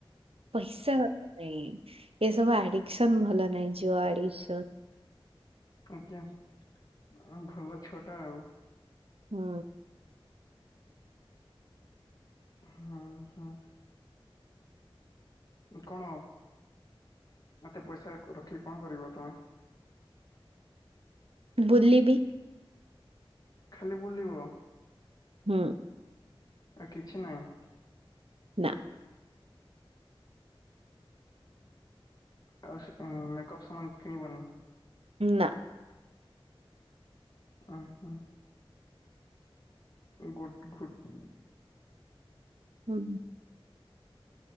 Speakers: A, on the right (about 80°); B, on the left (about 40°).
A: ପଇସା ନାଇଁ ଏ ସବୁ ଆଡିକସନ ଭଲ ନାହିଁ ଜୁଆ ଆଡିକ୍ସନ୍।
B: ଆଜ୍ଞା ହଁ ଭଲ ଛୁଆଟା ଆଉ।
A: ହୁଁ।
B: ହୁଁ ହଁ କଣ? ମତେ ପଇସା ରଖିକି କଣ କରିବ ତୁମେ?
A: ବୁଲିବି
B: ଖାଲି ବୁଲିବ।
A: ହୁଁ।
B: କିଛି ନାହିଁ।
A: ନା
B: ଅହ ଆଉ ମେକପ୍ ସାମାନ କିଣିବନି?
A: ନାଁ।
B: ଓହୋ। ଗୁଡ଼ ଗୁଡ଼।
A: ହୁଁ।